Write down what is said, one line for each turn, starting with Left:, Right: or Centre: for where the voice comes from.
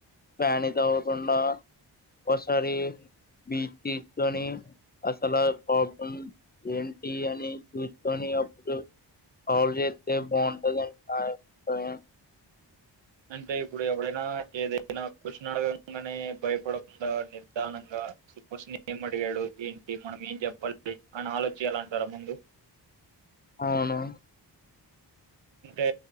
Left: కానీ అవకుండా ఒసారి బ్రీత్ తీసుకొని అసలు ప్రాబ్లం ఏంటి అని చూసుకొని అప్పుడు సాల్వ్ చేస్తే బాగుంటదని నా అభిప్రాయం
Right: అంటే ఇప్పుడు ఎవడైనా ఏదైనా క్వశ్చన్ అడగంగానే భయపడకుండా నిర్ధానంగాకష్ని ఏ అడిగాడు ఏంటి మనం ఏం చెప్పాలి అని ఆలోచించాల అంటారా ముందు
Left: అవును
Right: అంటే